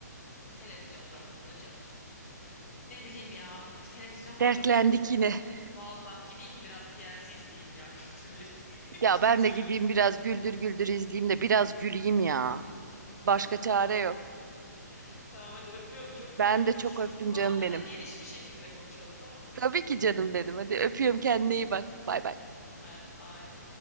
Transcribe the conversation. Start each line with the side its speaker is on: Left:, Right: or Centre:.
Left: televizyon programları cart Ne bileyim ya televizyon programı
Right: Dertlendik
Left: dedim de.
Right: yine. <laughs>
Left: Vallahi gideyim biraz TLC izleyeyim ya kültürleri. <laughs>
Right: Ya
Left: Kültürleneyim.
Right: ben de gideyim biraz güldür güldür izleyeyim de biraz güleyim ya. Başka
Left: <laughs>
Right: çare
Left: Tamam
Right: yok.
Left: hayatım. Tamam hadi öpüyorum çok tekrar
Right: Ben de
Left: konuşuruz.
Right: çok öptüm
Left: Bu konu
Right: canım
Left: hakkında
Right: benim.
Left: geniş bir şekilde konuşalım tamam mı?
Right: Tabii ki canım benim. Hadi öpüyorum kendine
Left: Tamam.
Right: iyi bak. Bay bay.
Left: Tamam hayatım bye.